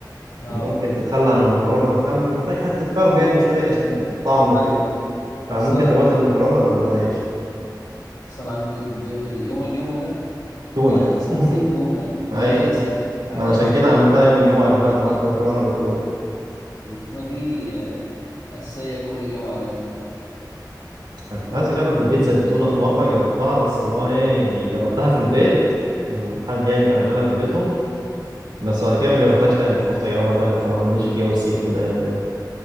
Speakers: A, on the left; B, on the right.
A: اه
B: ممكن تتخلى عن المكرونه انت فاهم محتاج حته كرب يعني شويه عشان الطعم وكده
A: ايوه
B: فممكن
A: اصلا
B: تبدل
A: اصلا
B: المكرونه بالعيش
A: بس انا عندي في البيت ال- يوم الجمعه ده
B: تونه
A: آه، اساسي
B: <laughs>
A: تونه ده
B: ايوه
A: لازم عادات
B: ما انا عشان
A: وتقاليد
B: كده عملتها
A: لازم
B: يوم الجمعه اللي فات
A: نبدا
B: عملت
A: تونه
B: مكرونه بالتونه
A: التونه دي آه، اساسيه كل جمعه لازم
B: انا كنت
A: بس
B: عايز اجرب البيتزا بالتونه في مره جربتها بس اللي هو ايه يعني جربتها في البيت من حد يعني كان عاملها في بيتهم بس بعد كده ما جربتهاش تاني خفت اجربها تاني بصراحه ماليش في جو السي فود ده يعني